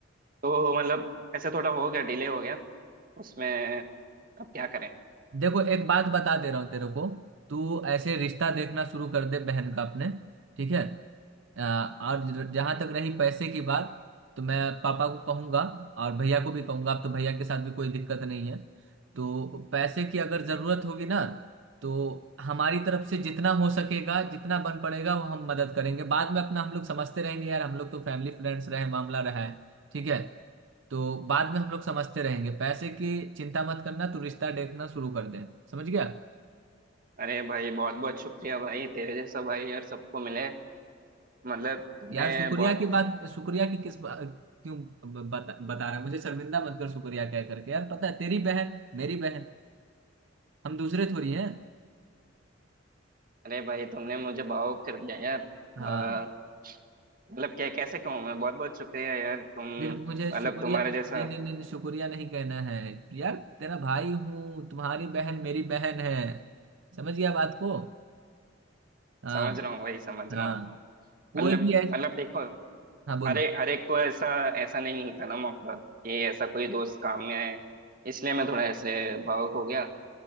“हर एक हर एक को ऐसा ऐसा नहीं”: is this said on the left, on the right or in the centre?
Right